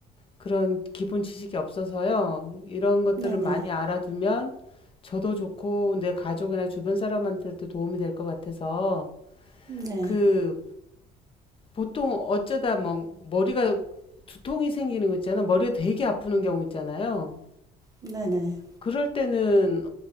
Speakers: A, on the left (about 30°); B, on the right (about 20°).
A: 그런 기본 지식이 없어서요. 이런 것들을
B: 네네.
A: 많이 알아두면 저도 좋고 내 가족이나 주변 사람한테도 도움이 될 것 같아서
B: 네.
A: 그 보통 어쩌다 막 머리가 두통이 생기는 거 있잖아. 머리가 되게 아프는 경우 있잖아요.
B: 네네.
A: 그럴 때는